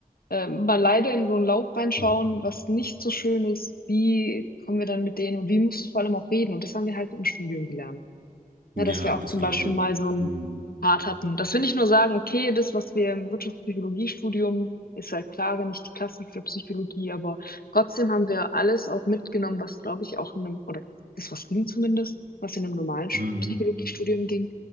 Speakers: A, on the left (about 80°); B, on the right (about 65°).
A: äh, mal leider in so einen Lauf reinschauen,
B: Hm.
A: was nicht so schön ist. Wie kommen wir dann mit denen und wie musst du vor allem auch reden? Und das haben wir halt im Studium gelernt.
B: Ja,
A: Ja, dass wir
B: das
A: auch zum
B: glaube
A: Beispiel
B: ich.
A: mal so einen
B: Hm.
A: Part hatten. Dass wir nicht nur sagen, okay, das, was wir im Wirtschaftspsychologiestudium, ist halt klar nicht die klassische Psychologie, aber trotzdem haben wir alles auch mitgenommen, was, glaube ich, auch in einem, oder das, was ging zumindest, was in einem normalen Sch-
B: Hm.
A: Psychologiestudium ging.